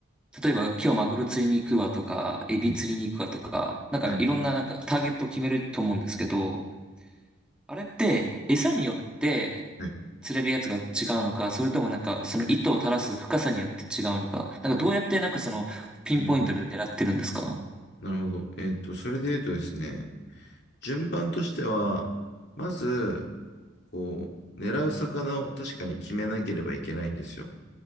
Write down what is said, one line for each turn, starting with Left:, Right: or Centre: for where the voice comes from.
Centre: 例えば今日マグロ釣りに行くわとか、エビ釣りに行くわとか、
Left: はい。
Centre: なんかいろんななんかターゲットを決めると思うんですけど、
Left: はい。
Centre: あれって、餌によって
Left: はい。
Centre: 釣れるやつが違うのか、それともなんか、その糸を垂らす深さによって違うのか、なんかどうやってなんかその、ピンポイントで狙ってるんですか
Left: うん。なるほど。えっと、それで言うとですね、順番としては、まず、こう、狙う魚を確かに決めなければいけないんですよ。